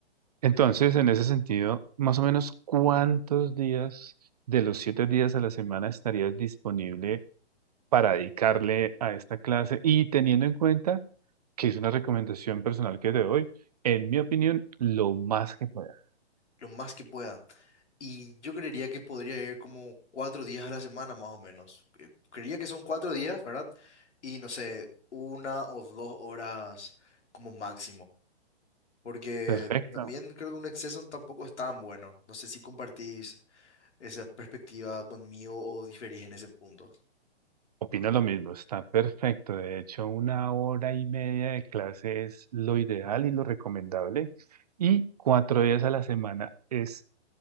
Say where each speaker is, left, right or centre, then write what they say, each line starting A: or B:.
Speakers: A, on the right; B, on the left.
A: Entonces, en ese sentido, más o menos cuántos días de los siete días a la semana estarías disponible para dedicarle a esta clase y teniendo en cuenta que es una recomendación personal que te doy, en mi opinión, lo más que pueda.
B: lo más que pueda. Y yo creería que podría ir como cuatro días a la semana más o menos. Eh, Creería que son cuatro días, ¿verdad? Y no sé, una o dos horas como máximo. Porque
A: Perfecto.
B: también creo que un exceso tampoco es tan bueno. No sé si compartís esa perspectiva conmigo o diferís en ese punto.
A: Opino lo mismo, está perfecto. De hecho, una hora y media de clase es lo ideal y lo recomendable. Y cuatro días a la semana es